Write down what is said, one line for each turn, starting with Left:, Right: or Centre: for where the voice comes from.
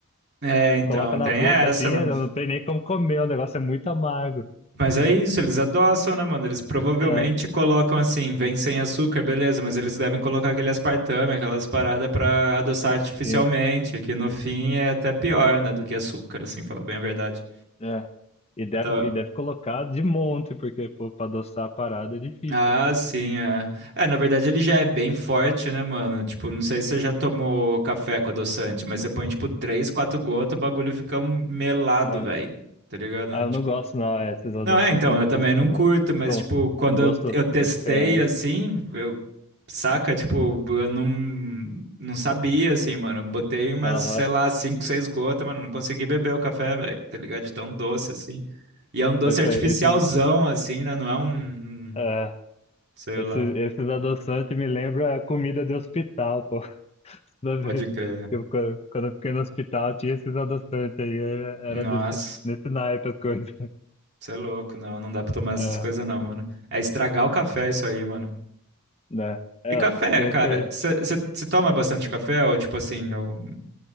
Right: É, então,
Left: coloca
Right: tem
Left: na boca
Right: essa,
Left: assim,
Right: mano.
Left: é, não tem nem como comer, o negócio é muito amargo.
Right: Mas é isso, eles adoçam, né, mano? Eles provavelmente
Left: É,
Right: colocam assim, vem sem açúcar, beleza, mas eles devem colocar aquele aspartame, aquelas paradas pra adoçar artificialmente,
Left: sim,
Right: que no fim é até pior, né, do que açúcar, assim, falar bem a verdade.
Left: é. E deve,
Right: Então,
Left: e deve colocar de monte, porque pô, pra adoçar a parada é difícil.
Right: ah, sim, é. É, na verdade ele já é bem forte, né, mano? Tipo, não sei se você já tomou café com adoçante, mas você põe, tipo, três, quatro gotas, o bagulho fica um melado,
Left: né?
Right: velho. Tá ligado?
Left: Ah, eu
Right: Tipo.
Left: não gosto, não, é, esses adoçantes
Right: Não, é, então,
Left: eu não
Right: eu também
Left: curto
Right: não
Left: também.
Right: curto, mas,
Left: Ficam
Right: tipo, quando
Left: um gosto
Right: eu, eu testei,
Left: diferente.
Right: assim, eu, saca, tipo, eu não, não sabia, assim, mano, eu botei umas,
Left: Aham.
Right: sei lá, cinco, seis gotas, mano, não consegui beber o café, velho, tá ligado? De tão doce, assim, e é um doce
Left: Mas isso
Right: artificialzão,
Left: aí, esses,
Right: assim, né, não é um, um,
Left: é,
Right: sei
Left: esses,
Right: lá,
Left: esses adoçantes me lembram a comida de hospital, pô. <laughs> Toda vez
Right: Pode crer.
Left: que eu, quando quando eu fiquei no hospital, tinha esses adoçantes aí, era,
Right: nossa,
Left: era desse, nesse naipe as coisas.
Right: você é louco, não, não dá pra tomar essas
Left: É.
Right: coisas não, mano, é estragar o café isso aí, mano.
Left: né? É,
Right: E café,
Left: cê,
Right: cara,
Left: cê-
Right: você toma bastante café ou, tipo assim, ou